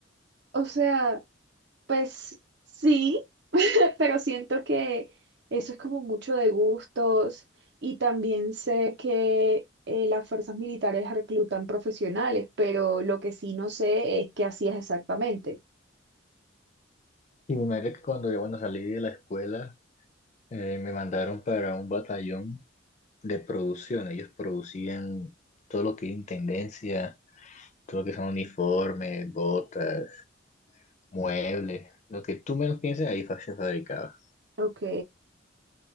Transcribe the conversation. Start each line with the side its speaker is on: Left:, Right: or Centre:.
Right: O sea, pues sí, <laughs> pero siento que eso es como mucho de gustos y también sé que eh, las fuerzas militares reclutan profesionales, pero lo que sí no sé es qué hacías exactamente.
Left: Y me imagino que cuando yo, bueno, salí de la escuela, eh, me mandaron para un batallón de producción. Ellos producían todo lo que es intendencia, todo lo que son uniformes, botas, muebles, lo que tú menos pienses, ahí fa- se fabricaba.
Right: Ok,